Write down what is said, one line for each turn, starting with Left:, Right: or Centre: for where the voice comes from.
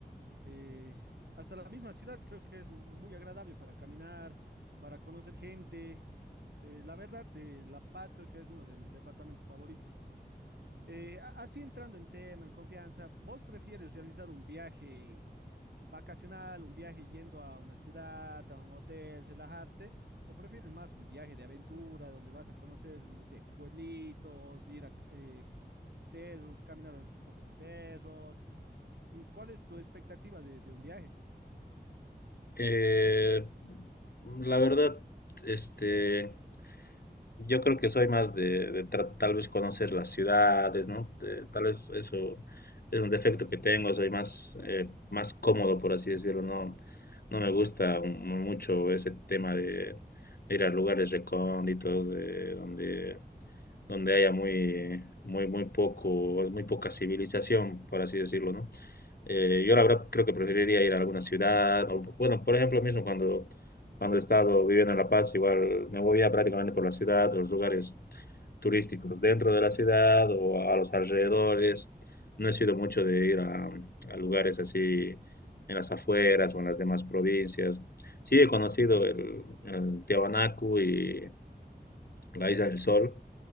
Right: eh, hasta la misma ciudad creo que es muy agradable para caminar, para conocer gente. Eh, la verdad, eh, La Paz creo que es uno de mis departamentos favoritos. Eh, a- así entrando en tema, en confianza, ¿vos prefieres realizar un viaje vacacional, un viaje yendo a una ciudad, a un hotel, relajarte, o prefieres más un viaje de aventura donde vas a conocer, no sé, pueblitos, ir a eh, cerros, caminar sobre los cerros? Mm, ¿Cuál es tu expectativa de, de un viaje?
Left: Eh, la verdad, este, Yo creo que soy más de, de tra- tal vez conocer las ciudades, ¿no? De- tal vez eso es un defecto que tengo, soy más, eh, más cómodo, por así decirlo, no, no me gusta mu- mucho ese tema de ir a lugares recónditos, de donde, donde haya muy, muy, muy poco, muy poca civilización, por así decirlo, ¿no? Eh, yo la verdad creo que preferiría ir a alguna ciudad. o, bueno, por ejemplo, mismo cuando, cuando he estado viviendo en La Paz, igual me movía prácticamente por la ciudad, los lugares turísticos dentro de la ciudad o a los alrededores. No he sido mucho de ir a, a lugares así en las afueras o en las demás provincias. Sí he conocido el, el Tiahuanacu y la Isla del Sol,